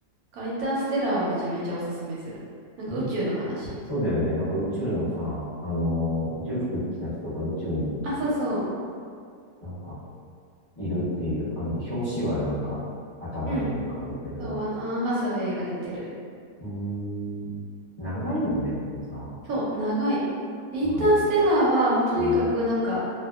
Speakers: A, on the right; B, on the left.
A: からインターステラーはめちゃめちゃおすすめする。なんか宇宙の話。
B: んそうだよね。なんか宇宙のさ、あのー宇宙服着た人が宇宙に
A: あ、そうそ
B: なんかいるっていう、あの、表紙はなんか頭に浮かぶけど、
A: う。うん。そう、あの、アン・ハサウェイが出てる。
B: うーん、長いよね、あとさ。
A: そう、長い。で、インターステラーはもうとにかくなんか
B: だから、うん、